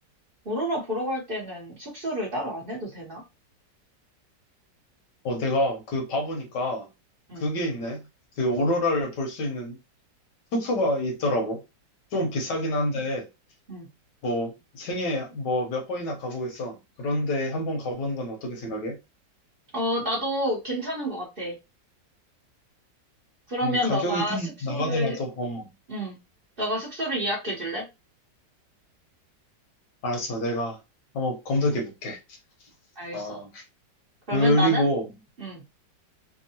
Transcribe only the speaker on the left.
어, 내가 그 봐보니까
그게 있네. 그 오로라를 볼 수 있는 숙소가 있더라고. 좀
비싸긴 한데,
뭐 생애 뭐 몇 번이나 가보겠어. 그런데 한 번 가보는 건 어떻게 생각해?
음, 가격이
좀
나가더라도, 어,
알았어. 내가 한번 검색해 볼게.
아,
그리고,